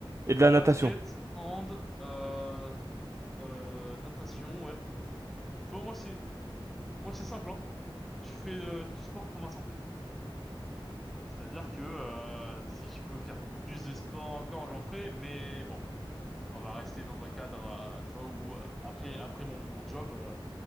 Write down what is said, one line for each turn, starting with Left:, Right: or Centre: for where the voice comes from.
Right: et de la natation.
Centre: basket, hand, euh, euh, natation, ouais. Tu vois, moi, c'est moi, c'est simple, hein. Je fais euh, du sport pour ma santé. C'est-à-dire que euh, si je peux faire plus de sport encore, j'en ferai, mais bon. On va rester dans un cadre, euh, tu vois, où euh, après après mon mon job, euh,